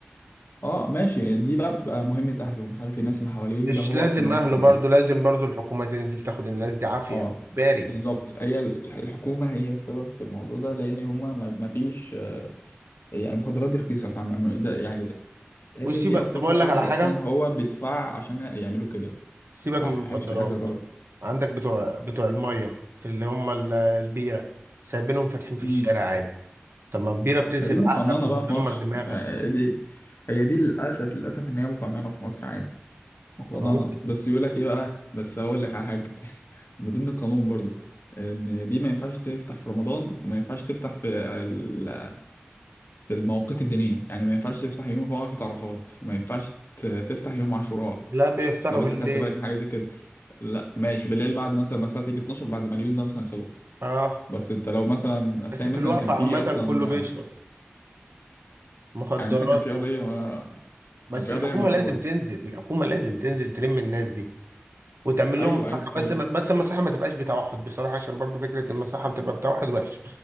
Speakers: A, on the left; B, on the right.
A: اه ماشي دي بقى بتبقى مهمه اهله مش عارف إيه الناس اللي حواليه
B: مش
A: لو هو
B: لازم
A: اصلا عايز
B: اهله
A: كده
B: برضو
A: يعني
B: لازم برضو الحكومة تنزل تاخد الناس دي عافية
A: اه
B: اجباري
A: بالظبط هي ال- الحكومه هي السبب في الموضوع ده لان هما ما ما فيش يعني المخدرات دي رخيصه فاهم ده يعني تحس
B: وسيبك
A: في اصلا
B: طب
A: في
B: اقول
A: حد
B: لك على حاجة
A: اصلا هو بيدفع عشان يعملوا كده
B: سيبك
A: فحاسس
B: من المخدرات
A: في حاجه غلط
B: عندك بتوع بتوع المية اللي هم ال- البيرة سايبينهم فاتحين في
A: امم
B: الشارع عادي طب ما البيرة بتذهب
A: ما دي مقننه
B: عقلك وبتدمر
A: بقى في مصر
B: دماغك
A: ما دي هي دي للاسف للاسف ان هي مقننه في مصر عادي مقننه
B: طب ما ممكن
A: بس يقول لك ايه بقى بس هقول لك على حاجه <laughs> من ضمن القانون برضو ان دي ما ينفعش تفتح في رمضان وما ينفعش تفتح في ال- في المواقيت الدينيه يعني ما ينفعش تفتح يوم وقفة عرفات ما ينفعش ت- تفتح يوم عاشوراء
B: لا بيفتحوا
A: لو
B: بالليل
A: انت خدت بالك من حاجه زي كده لا ماشي بالليل بعد مثلا ما الساعه تيجي 12 بعد ما اليوم ده مثلا خلص
B: اه
A: بس انت لو مثلا هتلاقي
B: بس في
A: مثلا
B: الوقفة
A: كان في
B: عامة
A: اصلا
B: كله بيشرب
A: آه،
B: مخدرات
A: يعني مثلا كان في قضيه آه،
B: بس
A: كان في
B: الحكومة
A: قضيه مشهوره
B: لازم تنزل الحكومة لازم تنزل تلم الناس دي وتعمل
A: ايوه
B: لهم مساحة
A: ايوه
B: بس
A: ايوه
B: ما بس المساحة ما تبقاش بتوحد بصراحة عشان برضو فكرة المساحة بتبقى بتوحد وحشة